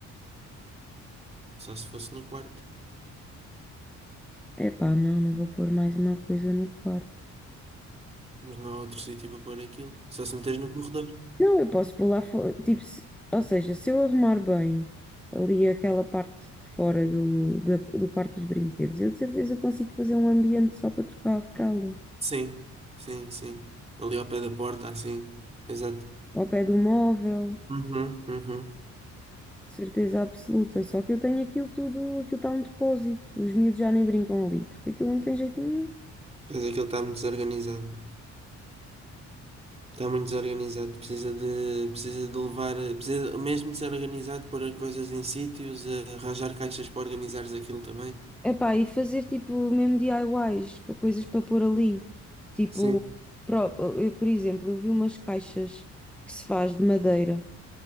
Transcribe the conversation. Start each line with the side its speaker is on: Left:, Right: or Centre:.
Right: Só se fosse no quarto.
Centre: Epá, não, não vou pôr mais uma coisa no quarto.
Right: Mas não há outro sítio para pôr aquilo. Só se meteres no corredor.
Centre: Não, eu posso pular fora. Tipo, se- ou seja, se eu arrumar bem ali aquela parte de fora do, da- do quarto dos brinquedos, eu de certeza consigo fazer um ambiente só para trocar a fralda.
Right: Sim, sim, sim. Ali ao pé da porta, assim. Exato.
Centre: Ao pé do móvel,
Right: Uhum, uhum.
Centre: de certeza absoluta. Só que eu tenho aquilo tudo, aquilo está um depósito. Os miúdos já nem brincam ali, porque aquilo não tem jeito nenhum.
Right: Pois aquilo está muito desorganizado. Está muito desorganizado. Precisa de, precisa de levar. Precisa mesmo de ser organizado, pôr coisas em sítios, eh, arranjar caixas para organizares aquilo também.
Centre: Epá, e fazer tipo mesmo DIYs, para coisas para pôr ali. Tipo,
Right: Sim,
Centre: pro- eu, por exemplo, eu vi umas caixas que se faz de madeira.